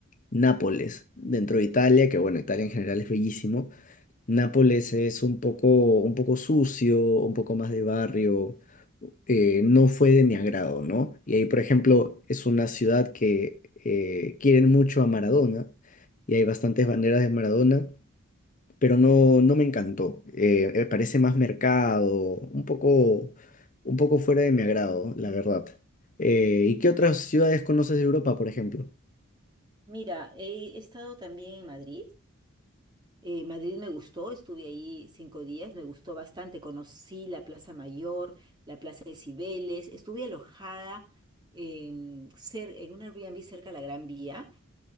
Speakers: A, on the left; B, on the right.
A: Nápoles, dentro de Italia, que bueno, Italia en general es bellísimo. Nápoles es un poco, un poco sucio, un poco más de barrio, eh, no fue de mi agrado, ¿no? Y ahí, por ejemplo, es una ciudad que eh, quieren mucho a Maradona y hay bastantes banderas de Maradona pero no, no me encantó. Eh, me parece más mercado, un poco, un poco fuera de mi agrado, la verdad. Eh, ¿y qué otras ciudades conoces de Europa, por ejemplo?
B: Mira, he estado también en Madrid. Eh, Madrid me gustó, estuve ahí cinco días, me gustó bastante. Conocí la Plaza Mayor, la Plaza de Cibeles, estuve alojada en, cer- en un Airbnb cerca de la Gran Vía